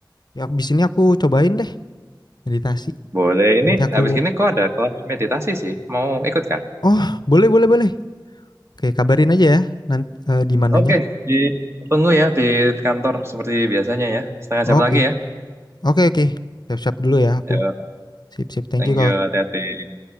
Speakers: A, on the left; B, on the right.
A: Ya, abis ini aku cobain deh meditasi.
B: Boleh, ini
A: Nanti aku,
B: habis gini kok ada kelas meditasi sih. Mau ikut kah?
A: oh, boleh, boleh, boleh. Oke, kabarin aja ya, nanti eh, di mananya.
B: Oke, di tunggu ya di kantor seperti biasanya ya. Setengah
A: Oke,
B: jam lagi ya.
A: oke, oke. Siap-siap dulu ya aku.
B: Ya,
A: Sip, sip. Thank
B: thank
A: you, Kak.
B: you, hati-hati.